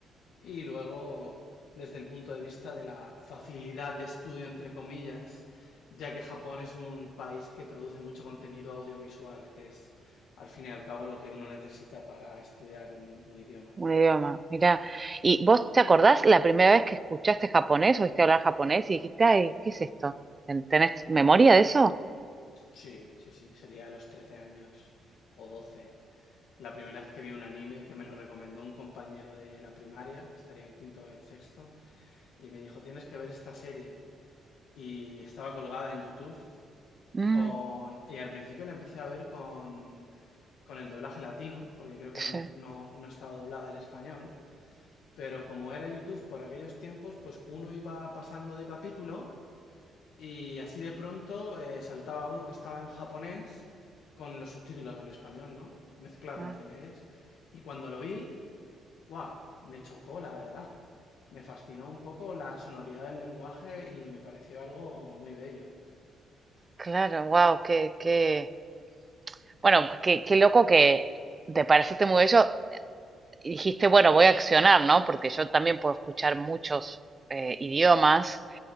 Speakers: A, on the left; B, on the right.
A: y luego desde el punto de vista de la facilidad de estudio, entre comillas, ya que Japón es un país que produce mucho contenido audiovisual, que es al fin y al cabo lo que uno necesita para estudiar un un idioma.
B: un idioma, mirá. ¿Y vos te acordás la primera vez que escuchaste japonés, oíste hablar japonés y dijiste, ay, ¿qué es esto? ¿Ten- ¿Tenés memoria de eso?
A: Sí, sí, sí, sería a los trece años o doce. La primera vez que vi un anime que me lo recomendó un compañero de la primaria, estaría en quinto o en sexto, y me dijo, tienes que ver esta serie. Y estaba colgada en YouTube
B: Mm,
A: con... Y al principio la empecé a ver con, con el doblaje latino, porque creo que
B: sí.
A: aún no, no, no estaba doblada al español, pero como era YouTube por aquellos tiempos, pues uno iba pasando de capítulo y así de pronto eh, saltaba uno que estaba en japonés con los subtítulos al español, ¿no? Mezclado
B: Ah,
A: entre medias. Y cuando lo vi, ¡guau! Me chocó, la verdad. Me fascinó un poco la sonoridad del lenguaje y me pareció algo muy bello.
B: claro, wow, qué, qué, bueno, qué, qué loco que te pareciste muy bello. Dijiste, bueno, voy a accionar, ¿no? Porque yo también puedo escuchar muchos eh, idiomas